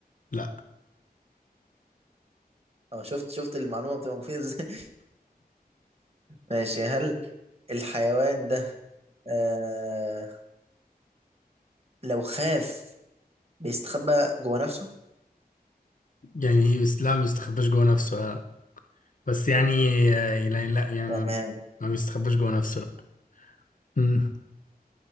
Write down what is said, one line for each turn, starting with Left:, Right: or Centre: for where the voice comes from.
Left: لا
Right: أه شفت شفت المعلومة بتبقى مفيدة إزاي؟ <laughs> ماشي هل الحيوان ده آه لو خاف بيستخبى جوه نفسه؟
Left: يعني ايه بس لا ما بيستخباش جوه نفسه لا بس يعني آه، لا لا، يعني
Right: تمام
Left: ما ما بيستخباش جوه نفسه لا مم.